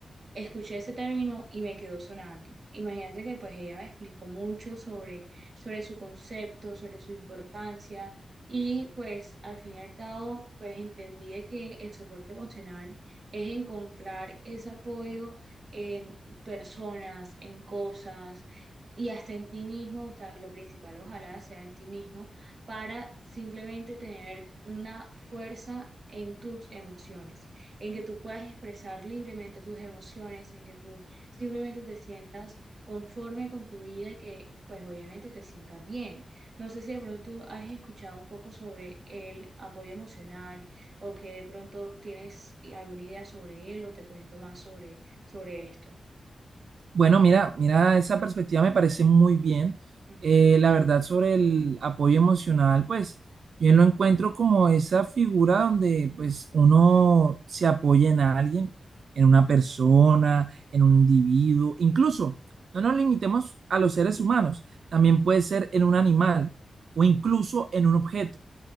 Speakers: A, on the right; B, on the right.
A: escuché ese término y me quedó sonando. Imagínate que pues ella me explicó mucho sobre, sobre su concepto, sobre su importancia y pues al fin y al cabo pues entendí de que el soporte emocional es encontrar ese apoyo en personas, en cosas y hasta en ti mismo, o sea, lo principal ojalá sea en ti mismo para simplemente tener una fuerza en tus emociones en que tú puedas expresar libremente tus emociones, en que tú simplemente te sientas conforme con tu vida y que pues obviamente te sientas bien. No sé si de pronto has escuchado un poco sobre el apoyo emocional o que de pronto tienes alguna idea sobre él o te cuento más sobre, sobre esto.
B: Bueno, mira, mira, esa perspectiva me parece muy bien.
A: Ujú,
B: Eh, la verdad sobre el apoyo emocional, pues yo lo encuentro como esa figura donde pues uno se apoya en alguien, en una persona, en un individuo. Incluso, no nos limitemos a los seres humanos, también puede ser en un animal o incluso en un objeto.